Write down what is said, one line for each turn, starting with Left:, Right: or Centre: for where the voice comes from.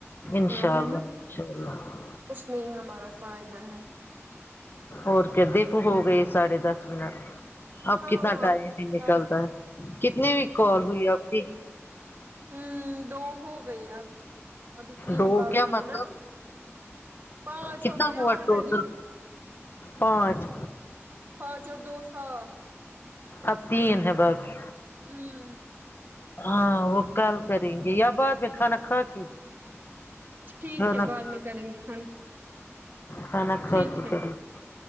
Left: انشاء
Right: ہاں ہے
Left: اللہ
Right: نا
Left: انشاء اللہ
Right: اس میں ہی ہمارا فائدہ ہے
Left: اور کیا دیکھو ہو گئے ساڑھے دس منٹ اب
Right: ہاں
Left: کتنا ٹائم ہی
Right: بس
Left: نکلتا ہے کتنے کال ہوئی آپ کی
Right: ہمم دو ہو گئی اب ابھی تین
Left: دو
Right: باقی
Left: کیا مطلب
Right: ہے نا پانچ
Left: کتنا
Right: ہو گئی
Left: ہوا
Right: نہ آلریڈی
Left: ٹوٹل پانچ
Right: پانچ اور دو سات
Left: اب تین ہے با کہی
Right: مم
Left: ہاں وہ کال کریں گے یا بعد میں کھانا کھا کے
Right: ٹھیک
Left: کھانا
Right: ہے بعد
Left: کھا
Right: میں کریں گے کھانا
Left: کھانا کھا
Right: ٹھیک
Left: کے
Right: ہے
Left: کریں گے